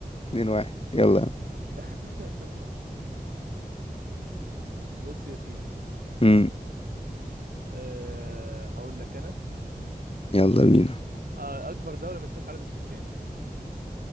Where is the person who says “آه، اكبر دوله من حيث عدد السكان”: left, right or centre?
Right